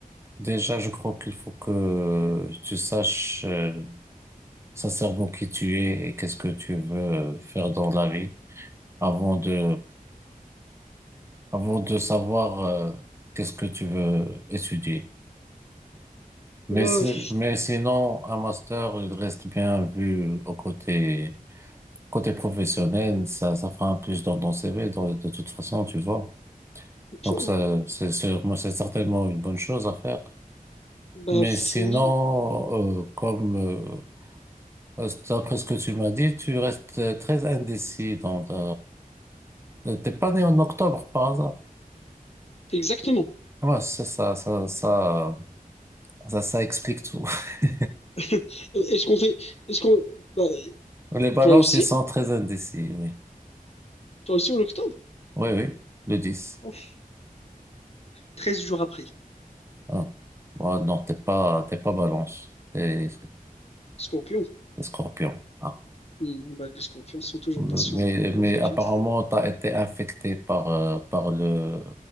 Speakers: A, on the right; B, on the left.
A: déjà, je crois qu'il faut que tu saches. euh, sincèrement qui tu es et qu'est-ce que tu veux euh, faire dans la vie avant de, avant de savoir euh, qu'est-ce que tu veux étudier. Mais,
B: Bah,
A: c'est-
B: f-
A: mais sinon, un master, il reste bien vu au côté, côté professionnel, ça, ça fera un plus dans ton CV, dans- de toute façon, tu vois.
B: p-
A: Donc ça, c'est sûrement, c'est certainement une bonne chose à faire.
B: bah
A: Mais
B: f-
A: sinon,
B: oui,
A: euh, comme, euh, d'après ce que tu m'as dit, tu restes très indécis dans ta, Euh, T'es pas né en octobre par hasard?
B: exactement.
A: Ouais, c'est ça, ça, ça, ça, ça explique tout. <laughs>
B: <laughs> Est-ce qu'on fait, est-ce qu'on, bah,
A: Les balances,
B: toi aussi,
A: ils sont très indécis, oui.
B: toi aussi en octobre?
A: Oui, oui, le 10.
B: Ouf, 13 jours après.
A: Ah. Ouais, non, t'es pas, t'es pas balance, t'es
B: Scorpion.
A: t'es scorpion. Ah.
B: Hmm, bah, les scorpions sont toujours
A: Mais,
B: patients aux
A: mais
B: études.
A: apparemment, t'as été infecté par, euh, par le,